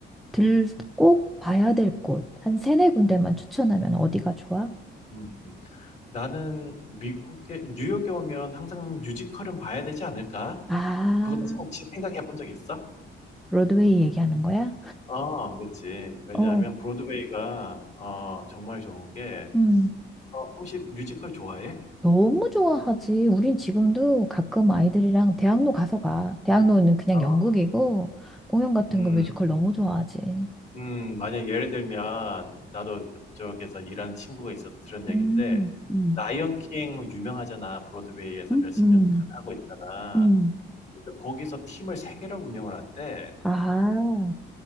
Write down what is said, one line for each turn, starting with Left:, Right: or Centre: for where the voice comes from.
Centre: 들, 꼭 봐야 될 곳, 한 세네 군데만 추천하면 어디가 좋아?
Left: 음. 나는 미국에, 뉴욕에 오면 항상 뮤지컬은 봐야 되지 않을까?
Centre: 아,
Left: 그거는 혹시 생각해 본 적 있어?
Centre: 브로드웨이 얘기하는 거야?
Left: 어, 그치. 왜냐하면
Centre: 어,
Left: 브로드웨이가, 어, 정말 좋은 게,
Centre: 음,
Left: 어, 혹시 뮤지컬 좋아해?
Centre: 너무 좋아하지. 우린 지금도 가끔 아이들이랑 대학로 가서 봐. 대학로는 그냥
Left: 어,
Centre: 연극이고, 공연 같은
Left: 음,
Centre: 거 뮤지컬 너무 좋아하지.
Left: 음, 만약 예를 들면, 나도 그쪽에서 일하는 친구가 있어서 들은 얘기인데,
Centre: 음, 음,
Left: 라이언 킹 유명하잖아. 브로드웨이에서
Centre: 음,
Left: 몇 십
Centre: 음,
Left: 년간 하고 있잖아.
Centre: 음.
Left: 근데 거기서 팀을 세 개를 운영을 한대.
Centre: 아,